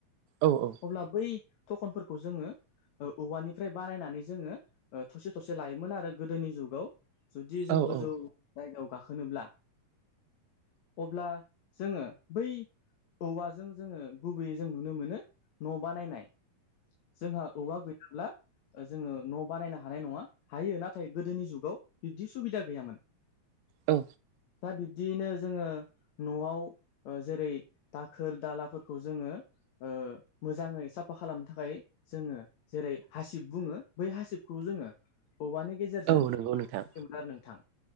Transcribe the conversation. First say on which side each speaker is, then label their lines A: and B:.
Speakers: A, on the right (about 75°); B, on the left (about 70°).
A: औ औ
B: अब्ला बै थखनफोरखौ जोङो ओ औवानिफ्राय बानायनानै जोङो ओ थरसे थसे लायोमोन आरो गोदोनि जुगाव जुदि जों
A: औ
B: गोजौ जायगायाव गाखोनोब्ला अब्ला जोङो बै औवाजों जोङो गुबैयै जों नुनो मोनो न' बानायनाय जोंहा औवा गैथाब्ला ओ जोङो न' बानायनो हानाय नङा हायो ना नाथाय गोदोनि जुगाव बिब्दि सुबिदा गैयामोन
A: औ
B: दा बिब्दियैनो जोङो न'आव ओ जेरै दाखोर दालाफोरखौ जोङो ओ मोजांयै साफा खालामनो थाखाय जोङो जेरै हासिब बुङो बै हासिबखौ जोङो औवानि गेजेरजों
A: औ नंगौ नोंथां
B: मोन आरो नोंथां